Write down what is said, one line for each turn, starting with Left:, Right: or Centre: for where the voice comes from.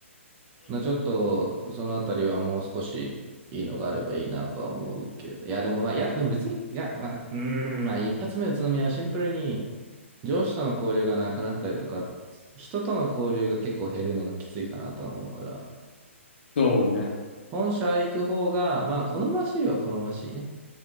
Right: まあちょっと、そのあたりはもう少しいいのがあればいいなとは思うけど。いや、でもまあ、いや、でも別に、いや、まあ、うーん、まあ一発目宇都宮はシンプルに上司との交流がなくなったりとか、人との交流が結構減るのがきついかなとは思うから、
Left: そうね。
Right: 本社行く方が、まあ好ましいは好ましいね。